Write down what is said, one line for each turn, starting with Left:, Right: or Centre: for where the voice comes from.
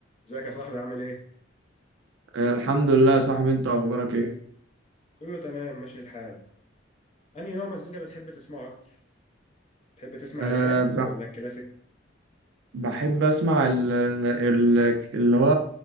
Left: ازيك يا صاحبي عامل ايه؟
Right: الحمد لله يا صاحبي انت اخبارك ايه
Left: كله تمام ماشي الحال. انهي نوع مزيكا بتحب تسمعه اكتر؟ بتحب تسمع
Right: أه
Left: الراب
Right: ب-
Left: ولا الكلاسيك؟
Right: بحب اسمع ال ال اللي هو